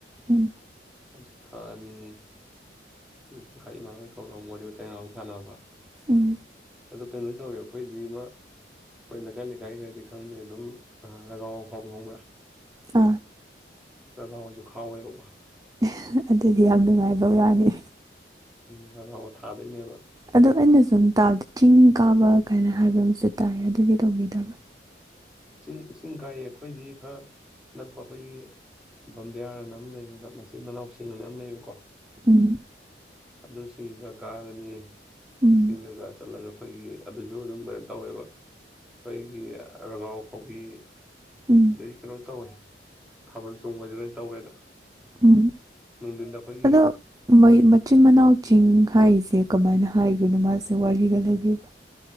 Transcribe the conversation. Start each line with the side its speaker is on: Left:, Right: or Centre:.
Right: ꯎꯝ
Centre: ꯑꯗꯨꯗꯣ ꯊꯥ ꯑꯅꯤ <inaudible> ꯊꯣꯛ ꯑꯒ ꯋꯥꯔꯤ ꯃꯇꯥꯏ ꯑꯃꯨ ꯁꯥꯟꯅꯕ
Right: ꯎꯝ
Centre: ꯑꯗ ꯀꯅ ꯇꯧꯋꯦ ꯑꯩꯈꯣꯏꯗꯤꯃ ꯑꯩꯈꯣꯏ ꯂꯩꯀꯥꯏ ꯂꯩꯀꯥꯏ ꯈꯔꯗꯤ ꯈꯪꯗꯦ ꯑꯗꯨꯝ ꯔꯒꯥꯎ ꯑꯈꯥꯎꯕ ꯉꯪꯕ꯭ꯔꯥ
Right: ꯑ
Centre: ꯄꯔꯒꯥꯎꯁꯨ ꯈꯥꯎꯋꯦꯕꯀꯣ
Right: <inaudible> ꯑꯗꯨꯗꯤ ꯌꯥꯝ ꯅꯨꯡꯉꯥꯏꯕ ꯋꯥꯅꯤ
Centre: ꯏ ꯐꯥꯎꯕ ꯊꯥꯗꯣꯏꯅꯦꯕ
Right: ꯑꯗꯣ ꯑꯩꯅ ꯁꯨꯝ ꯇꯥꯕꯗ ꯆꯤꯡ ꯀꯥꯕ ꯀꯥꯏꯅ ꯍꯥꯏꯕ ꯑꯃꯁꯨ ꯇꯥꯏ ꯑꯗꯨꯒꯤ ꯇꯧꯕꯤꯗꯕ꯭ꯔꯥ
Centre: ꯆꯤꯡ ꯆꯤꯡ ꯀꯥꯏꯌꯦ ꯑꯩꯈꯣꯏꯗꯤ ꯈꯔ ꯅꯛꯄ ꯑꯩꯈꯣꯏꯒꯤ ꯕꯝꯕꯤꯌꯥꯔ ꯑꯅ ꯑꯃ ꯂꯩ ꯑꯗ ꯃꯆꯤꯟ ꯃꯅꯥꯎ ꯁꯤꯡ ꯑꯅ ꯑꯃ ꯂꯩꯌꯦꯕꯀꯣ
Right: ꯎꯝ
Centre: ꯑꯗꯨꯁꯤꯡꯗ ꯀꯥꯔꯅꯤ
Right: ꯎꯝ
Centre: ꯏꯁꯔꯀꯔ ꯆꯜꯂꯣ ꯑꯩꯈꯣꯏꯒꯤ ꯑꯗꯨꯁꯨ ꯑꯗꯨꯝ ꯂꯣꯏꯅ ꯇꯧꯋꯦꯕ ꯑꯩꯈꯣꯏꯒꯤ ꯔꯒꯥꯎ ꯍꯣꯕꯤ
Right: ꯎꯝ
Centre: ꯔꯤ ꯀꯥꯎ ꯇ ꯍꯣꯏ ꯊꯥꯕꯜ ꯆꯣꯡꯕꯗꯤ ꯂꯣꯏ ꯇꯧꯋꯦꯗ
Right: ꯎꯝ
Centre: ꯅꯨꯡꯊꯤꯟꯗ ꯑꯩꯈꯣꯏꯒꯤ
Right: ꯑꯗꯣ ꯃꯤ ꯃꯅꯥ ꯆꯤꯡ ꯍꯥꯏꯔꯤꯁꯦ ꯀꯃꯥꯏꯅ ꯍꯥꯏꯈꯤꯕꯣꯏꯅꯣ ꯃꯥꯁꯦ ꯋꯥꯔꯤꯒ ꯂꯩꯕꯤꯕ